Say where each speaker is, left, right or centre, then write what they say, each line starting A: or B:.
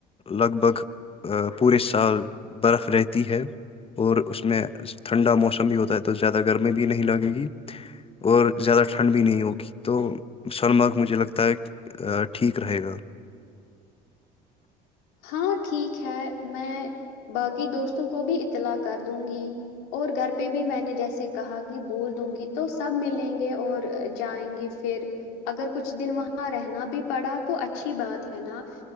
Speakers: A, on the left; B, on the left.
A: لگ بھگ پورے سال برف رہتی ہے اور اس میں ٹھنڈا موسم بھی ہوتا ہے تو زیادہ گرمی بھی نہیں لگے گی اور زیادہ ٹھنڈ بھی نہیں ہوگی تو سنمارگ مجھے لگتا ہے ٹھیک رہے گا
B: ہاں ٹھیک ہے میں باقی دوستوں کو بھی اطلاع کر دوں گی اور گھر پہ بھی میں نے جیسے کہا کہ بول دوں گی تو سب ملیں گے اور جائیں گے پھر اگر کچھ دن وہاں رہنا بھی پڑا تو اچھی بات ہے نا